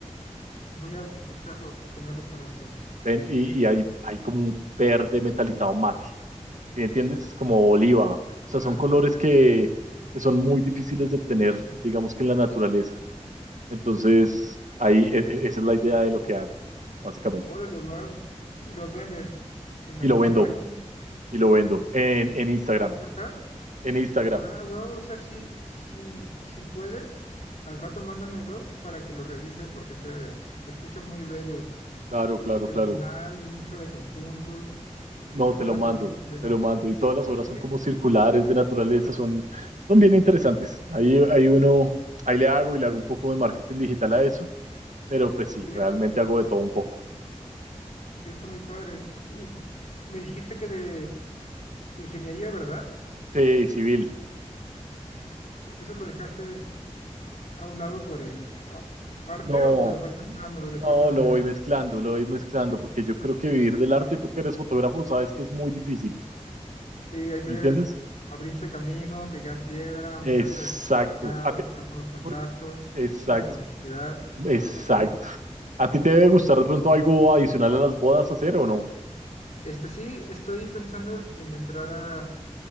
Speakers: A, on the left (about 70°); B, on the right (about 80°).
A: Voy a buscarlos porque no los conozco.
B: ven, y, y hay, hay como un verde metalizado mate, ¿sí me entiendes? Como oliva, o sea,
A: Claro.
B: son colores que, que son muy difíciles de obtener, digamos que en la naturaleza. Entonces, ahí, e- e- esa es la idea de lo que hago, básicamente.
A: Órale, wow. ¿Y lo vendes en
B: Y
A: alguna
B: lo vendo.
A: página?
B: y lo
A: Eh,
B: vendo
A: eh,
B: en, en Instagram.
A: ¿Algún portal?
B: En Instagram.
A: Ah, wow, o sea, sí, sí, si puedes, al rato mándamelo para que lo revise porque se escucha muy bello,
B: Claro, claro,
A: artesanal
B: claro.
A: y mucho de conjunto. Eso
B: No, te
A: me
B: lo
A: late
B: mando,
A: bastante.
B: te lo mando. Y todas las
A: Sí,
B: obras
A: sí,
B: son
A: sí,
B: como circulares de naturaleza, son, son bien interesantes. Ahí, ahí uno, ahí le hago y le hago un poco de marketing digital a eso, pero pues
A: ok,
B: sí, realmente
A: eso
B: hago de todo un poco.
A: está muy padre. Y me dijiste que de ingeniería, ¿verdad?
B: Sí, civil.
A: ¿Eso lo dejaste a un lado por el a- arte
B: No,
A: o, o lo vas mezclando de cierta
B: no,
A: manera?
B: lo voy mezclando, lo voy mezclando, porque yo creo que vivir del
A: Ok,
B: arte, tú que eres fotógrafo, sabes que es muy difícil,
A: Sí, hay
B: ¿sí
A: que
B: ¿me entiendes?
A: abrirse camino, pegar piedra, moverse
B: Exacto.
A: demasiado,
B: A ti-
A: estar con los contactos,
B: por- Exacto.
A: mucha publicidad.
B: Exacto.
A: <laughs>
B: ¿A ti te debe gustar
A: Sí, sí,
B: de
A: sí.
B: pronto
A: sí.
B: algo adicional a las bodas hacer o no?
A: Este sí, estoy pensando en entrar a